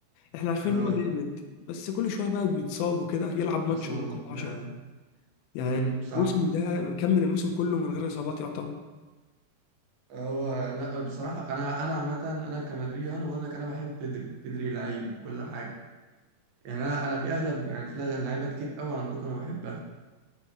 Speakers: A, on the left (about 85°); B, on the right (about 80°).
A: احنا عارفين
B: اه
A: ان هو جامد بس كل شويه بقى بيتصاب وكده يلعب ماتش
B: إصابة
A: ويتصاب
B: بتاع
A: 10 يعني
B: امم صح
A: الموسم ده مكمل الموسم كله من غير اصابات يعتبر
B: هو لا بصراحه انا انا عامه انا كمدريدي انا بقول لك انا بحب بيدري بيدري لعيب وكل حاجه يعني انا انا في اغلب يعني في لعيبه كتير قوي عندكم انا بحبها